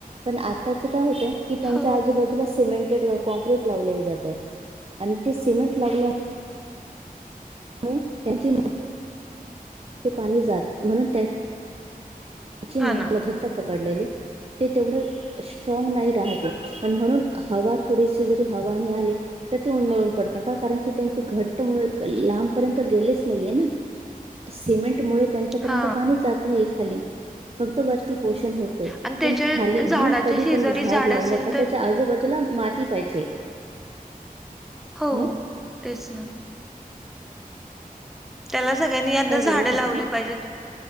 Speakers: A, on the right; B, in the centre.
A: पण आताचे काय होते की त्यांच्या
B: हो
A: आजूबाजूला सिमेंटेड कॉँक्रीट लावले जातय आणि ते सिमेंट लावल्या <unintelligible> पाणी जात म्हणून <unintelligible>
B: हा ना
A: घट्ट पकडलेले ते तेवढे स्ट्रांग नाही राहते आणि म्हणून हवा थोडीशी जरी हवा आली तर ते उन्मळून पडतं का कारण की त्यांचे घट्ट मुळ लांबपर्यंत गेलेच नाहीये ना. सिमेंट मुळे त्यांच्यापर्यंत
B: हा
A: पाणीच जात नाहीय खाली. फक्त वरती पोषण होतंय.
B: आणि त्याच्या
A: पण खाली म्हणून
B: झाडाच्या
A: कधी
B: शेजारी
A: पण झाड लावलं
B: असेल
A: का
B: तर
A: त्याच्या आजूबाजूला माती पाहिजे.
B: हो
A: हा
B: तेच ना. त्याला सगळ्यांनी आता
A: काय
B: झाड
A: बोलत
B: लावले
A: हो तुम्ही
B: पाहिजेत